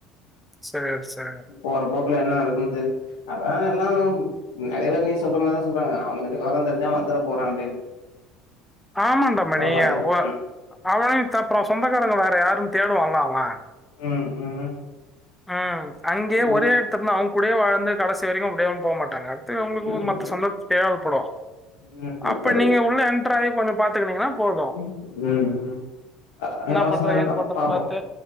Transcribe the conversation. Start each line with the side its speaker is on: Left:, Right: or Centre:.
Centre: சரி சரி
Left: போற போக்குல என்ன நடக்குதுன் தெறு அதா எல்லாம் நெறைய பேர் நீ சொல்ற மாரிதா சொல்றாங்க அவனுக் அந்த வாரன் இந்தந்தா வந்துர போறா அப்டின்
Centre: ஆமாண்டாமணிய
Left: பாத்துக்கலா
Centre: வோ அவ ஏ தப்றா சொந்தக்காரங்க வேற யாரு தேடுவால்ல அவ
Left: ம் ம்
Centre: ம் அங்க்யே
Left: ஆமா
Centre: ஒரே எடத்துர்னா அவ்ங் கூடயே வாழ்ந்து கடசி வரைக்கு அப்டே அவன் போ மாட்டாங்க அர் தே உங்ளுக்கு
Left: ம்
Centre: மத்து சொந்தத் தேவப்படு
Left: ம்
Centre: அப்ப
Left: இப்ப
Centre: நீங்க உள்ள எண்ட்ர் ஆயி கொஞ்சோ பாத்துக்குனீங்கன்னா போது
Left: உம்ம் அ ஆஸ்னால்தா
Centre: பண்றோம், ஏது பண்றோம்ன்னு
Left: பாப்போ
Centre: பார்த்து